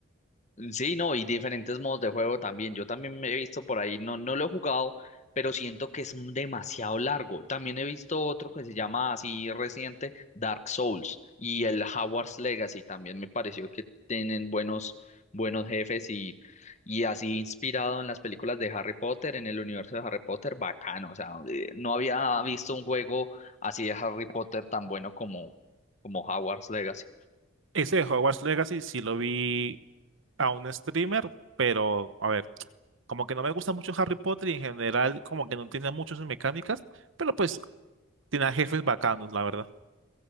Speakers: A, on the left; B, on the right.
A: Sí, no, y diferentes modos de juego también. Yo también me he visto por ahí, no, no lo he jugado, pero siento que es demasiado largo. También he visto otro que se llama así reciente, Dark Souls y el Hogwarts Legacy. También me pareció que tienen buenos, buenos jefes y, y así inspirado en las películas de Harry Potter, en el universo de Harry Potter, bacano. O sea, eh, no había visto un juego así de Harry Potter tan bueno como, como Hogwarts Legacy.
B: Ese de Hogwarts Legacy sí lo vi a un streamer, pero a ver, como que no me gusta mucho Harry Potter y en general como que no tiene muchas mecánicas, pero pues tiene a jefes bacanos, la verdad.